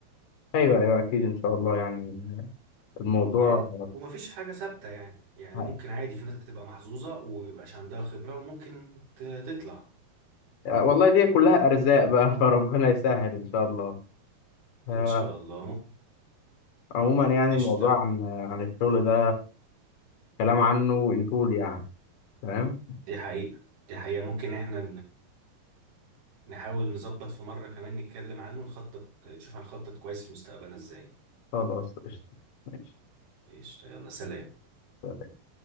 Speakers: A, on the left (about 60°); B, on the right (about 75°).
A: أيوه أيوه أكيد إن شاء الله يعني الموضوع
B: اه ومفيش حاجة ثابتة يعني يعني
A: ه-
B: ممكن عادي في ناس بتبقى محظوظة ومبيبقاش عندها خبرة وممكن ت... تطلع
A: والله دي كلها أرزاق بقى <laughs> فربنا يسهل إن شاء الله آه،
B: ان شاء الله ممكن
A: عموما يعني
B: نشتغل
A: الموضوع عن عن الشغل ده كلام عنه يطول يعني تمام
B: دي حقيقة دي حقيقة ممكن احنا نحاول نظبط في مرة كمان نتكلم عنه نخطط نشوف هنخطط كويس لمستقبلنا ازاي
A: خلاص قشطة ماشي
B: قشطة يلا سلام
A: سلام.